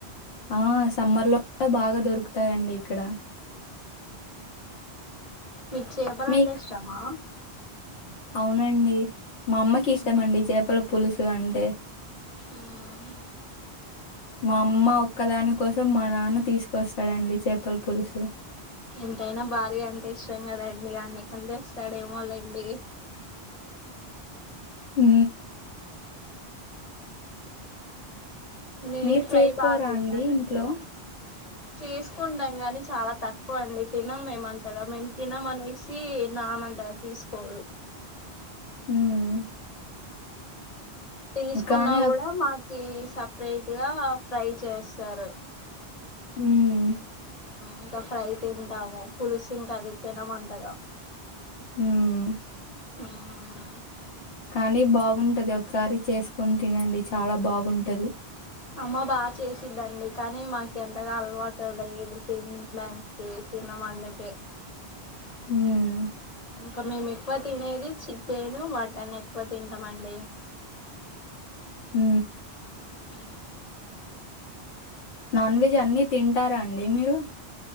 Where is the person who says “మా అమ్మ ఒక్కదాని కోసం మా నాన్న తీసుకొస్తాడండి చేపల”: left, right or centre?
Left